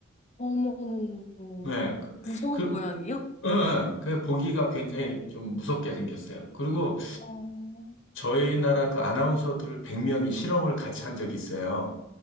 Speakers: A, on the left; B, on the left.
A: 어머, 어머, 어머, 어머,
B: 네, 그,
A: 무서운
B: 그
A: 모양이요?
B: 예, 예. 그 보기가 굉장히 좀 무섭게 생겼어요. 그리고
A: 어,
B: 저희 나라 그 아나운서들 100명이 실험을 같이 한 적이 있어요.